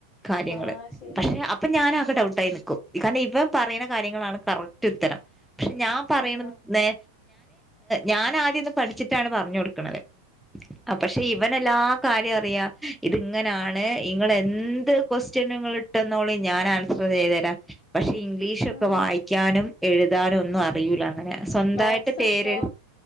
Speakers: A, in the centre; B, on the left.
A: കാര്യങ്ങള്
B: ആഹ് ശരിയാ
A: പക്ഷെ അപ്പൊ ഞാന ആക്കെ ഡൗട്ടായി നി ൽക്കും കാരണം ഇവൻ പറയുന്ന കാര്യങ്ങളാണ് കറക്റ്റ് ഉത്തരം പക്ഷെ ഞാൻ പറയണത്
B: ആഹ്
A: ന്നേ ഞാൻ ആദ്യംന്ന് പഠിച്ചിട്ടാണ് പറഞ്ഞു കൊടുക്കണുന്നത് ആ പക്ഷെ ഇവൻെല്ലാ കാര്യം അറിയാ ഇത്ങ്ങനെയാണ് ഇങ്ങൾ എന്ത് ക്വസ്റ്റ്യൻ ഇട്ട ന്നോളി ഞാൻ ആൻസർ ചെയ്തുതരാം പക്ഷെ ഇംഗ്ലീഷൊക്കെ
B: ആഹ്
A: വായിക്കാനും എഴുതാനും ഒന്നും അറിയൂല അങ്ങനെ സ്വന്തായിട്ട്
B: മാത്സൊക്കെയോ
A: പേര്